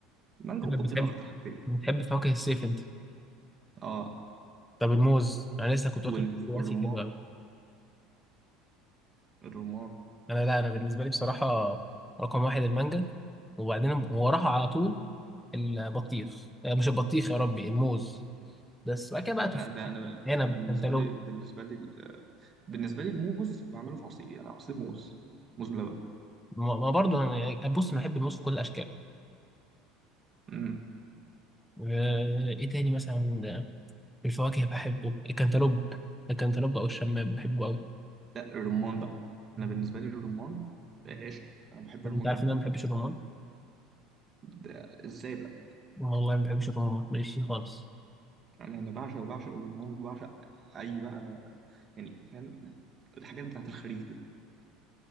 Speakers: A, on the right (about 25°); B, in the centre.
A: والبطيخ
B: انت بتحب
A: اكتر حاجتين
B: بتحب فواكه الصيف انت
A: اه
B: طب الموز انا لسه كنت
A: وال-
B: واكل دلوقتي
A: والرمان
B: حلو قوي
A: الرمان
B: انا لا انا بالنسبه لي بصراحه رقم واحد المانجا وبعدين وراها على طول البطيخ آه، مش البطيخ يا ربي الموز بس بعد كده بقى تفاح
A: لا ده انا ده
B: عنب
A: انا بالنسبه
B: كانتالوب
A: لي بالنسبه لي ال- بالنسبه لي الموز بعمله في عصير يعني عصير موز موز بلبن
B: ما ما برضه انا يعني بص انا بحب الموز في كل الاشكال
A: إمم.
B: آه، ايه تاني مثلا آه، في الفواكه بحبه الكنتالوب الكنتالوب او الشمام بحبه قوي
A: لا الرمان بقى انا بالنسبه لي الرمان عشقي انا بحب الرمان
B: انت عارف
A: جدا
B: ان انا ما بحبش الرمان
A: ده ازاي بقى
B: والله ما بحبش الرمان ماليش فيه خالص
A: انا انا بعشق بعشق الرمان بعشق اي بقى يعني فاهم الحاجات بتاعت الخريف دي